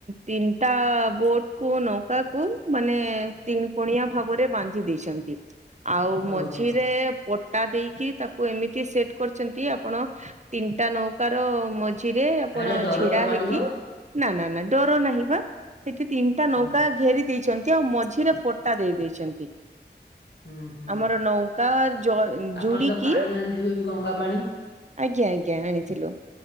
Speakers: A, on the right (about 40°); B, on the left (about 75°).
A: ତିନିଟା ବୋଟ୍ କୁ ନୌକା କୁ ମାନେ ତିନି କୋଣିଆ ଭାବରେ ବାନ୍ଧି ଦେଇଛନ୍ତି ଆଉ ମଝିରେ
B: ଓହୋ
A: ପଟା ଦେଇକି ତାକୁ ଏମିତି ସେଟ୍ କରିଛନ୍ତି ଆପଣ ତିନିଟା ନୌକାର ର ମଝି- ରେ ଆପଣ
B: ଏଟା ଡର
A: ଛିଡା
B: ତ ମାଡିବ?
A: ହେଇକି ନା ନା ନା ଡର ନାହିଁ ବା ସେଠି ତିନିଟା ନୌକା
B: ହୁଁ
A: ଘେରି ଦେଇଛନ୍ତି। ଆଉ ମଝିରେ ପଟା ଦେଇ ଦେଇଛନ୍ତି
B: ହୁଁ ହୁଁ
A: ଆମର ନୌକା ଜ
B: ଆପଣ
A: ଯୁଡିକି
B: ତ ପାଣି ଆଣିଥିବେ ବି ଗଙ୍ଗା ପାଣି।
A: ଆଜ୍ଞା ଆଜ୍ଞା ଆଣିଥିଲୁ।